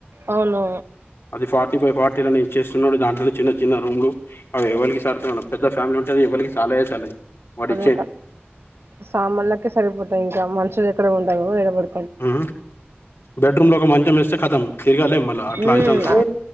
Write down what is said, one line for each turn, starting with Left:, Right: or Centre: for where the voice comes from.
Right: అవును
Left: ఫార్టీ ఫై ఫార్టీలానే ఇచ్చేస్తున్నాడు దాంట్లో చిన్న చిన్న రూములు అవి ఎవరికి సాల్తయ్ మేడం పెద్ద ఫ్యామిలీ ఉంటది ఎవ్వలికి సాలయే సాలవ్ వాడి
Right: ఇంకా సామాన్లకే సరిపోతాయి ఇంకా మనుషులు ఎక్కడ ఉంటాము ఏడ పడు
Left: ఉ బెడ్రూంలో ఒక మంచం వేస్తే కతం తిరుగలేం అట్లా
Right: ఉమ్
Left: అయితుంది
Right: ఆ